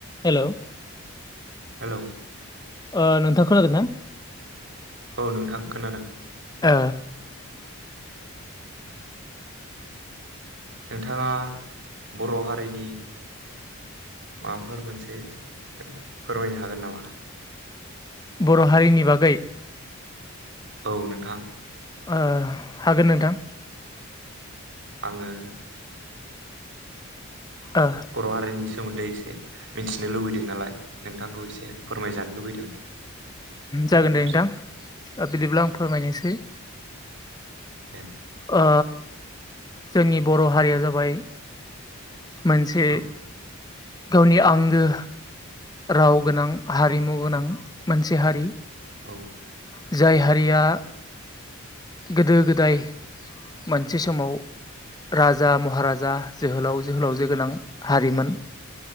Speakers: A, on the left; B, on the right.
A: हेल'!
B: Hello!
A: ओ नोंथां खोनादोंना?
B: औ नोंथां खोनादों
A: ओ
B: उम नोंथाङा बर' हारिनि माबाफोर मोनसे फोरमायनो हागोन नामा?
A: बर' हारिनि बागै
B: औ नोंथां
A: ओ हागोन नोंथां
B: आङो
A: ओ
B: बर' हारिनि सोमोन्दै एसे मिथिनो लुबैदों नालाय नोंथांखौ एसे फोरमायजानो लुबैदों। बेनि
A: जागोन
B: फारसे
A: दे नोंथां बिदिब्ला आं फोरमायनोसै
B: दे
A: ओ जोंनि बर' हारिया जाबाय मोनसे
B: औ
A: गावनि आंगो राव गोनां, हारिमु गोनां मोनसे हारि
B: औ
A: जाय हारिया गोदो-गोदाय मोनसे समाव राजा महाराजा, जोहोलाव जोहोलावजो गोनां हारिमोन